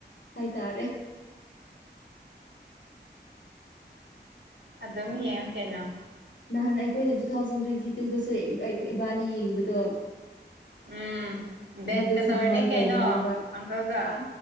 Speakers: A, on the left; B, on the right.
A: ꯍꯥꯏꯇꯥꯔꯦ
B: ꯑꯗꯨꯝ ꯌꯦꯡꯉ ꯀꯩꯅꯣ
A: ꯅꯍꯥꯟ ꯑꯩꯈꯣꯏꯅ ꯇꯨ ꯊꯥꯎꯖꯟ ꯇ꯭ꯋꯦꯟꯇꯤ ꯇꯨꯗꯁꯨ ꯏꯕꯥꯅꯤ ꯌꯦꯡꯕꯗꯣ
B: ꯎꯝ ꯕꯦꯠꯀ
A: ꯑꯗꯨꯗꯁꯨ
B: ꯇꯧꯔꯅꯤ
A: ꯑꯗꯨꯃꯥꯏꯅ
B: ꯀꯩꯅꯣ
A: ꯇꯧꯕꯅꯦꯕ
B: ꯑꯪꯀꯜꯒ
A: ꯍꯥ